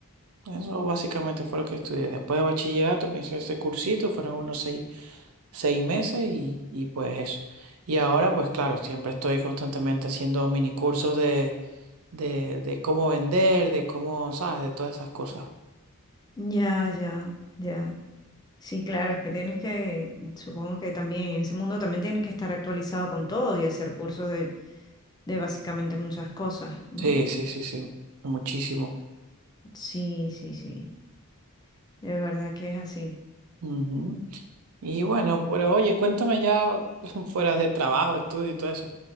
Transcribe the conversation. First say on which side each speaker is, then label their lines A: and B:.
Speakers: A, on the right; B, on the left.
A: Eso básicamente fue lo que estudié. Después de bachillerato me hice ese cursito, fueron unos seis seis meses y, y pues eso. Y ahora pues claro, siempre estoy constantemente haciendo mini cursos de, de, de cómo vender, de cómo, ¿sabes? De todas esas cosas.
B: ya, ya, ya. Sí, claro, es que tienes que, supongo que también en ese mundo también tienes que estar actualizado con todo y hacer cursos de, de básicamente muchas cosas, ¿no?
A: Sí, sí, sí, sí, muchísimo.
B: Sí, sí, sí, de verdad que es así.
A: Ujú. Y bueno, pero oye, cuéntame ya <laughs> fuera de trabajo, estudio y todo eso.